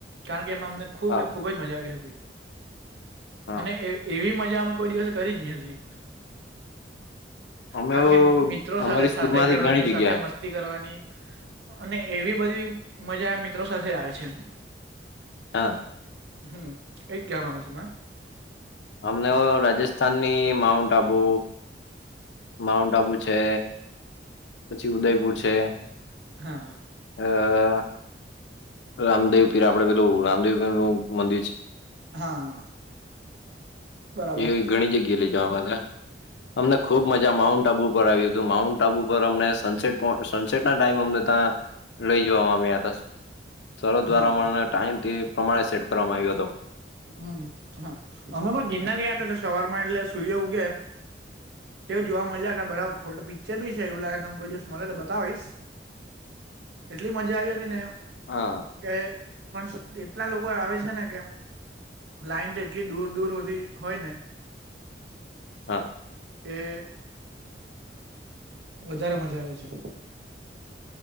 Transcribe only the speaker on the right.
કારણ કે એમાં અમને ખુબ
ખબ. ખૂબ જ મજા આવી હતી
અને એવી મજા અમે કોઈ દિવસે કરી જ નહી હતી.
કારણ કે મિત્રો
સાથે
સાથે
ચડવાની
સાથે મસ્તી કરવાની. અને એવી બધી મજા મિત્રો સાથે આવે છે.
હમ ક કયા માંગુ છે.
હા હા.
હા. બરાબર
હા
હમ હા અમે પણ ગિરનાર ગયા હતા એટલે સવારમાં એટલે સૂર્ય ઉગે તો જોવા મળ્યાટ બધા ફોટો પિક્ચર બી છે એવું લાગે તમ કોઈ દિવસ મળે તો બતાવીશ. કેટલી મજા આવી હતી ને.
કે પણ એટલા લોકો આવે છે ને કે. લાઈન તો એટલી દૂર દૂર સુી હોય ને
કે વધારે મજા આવે છે.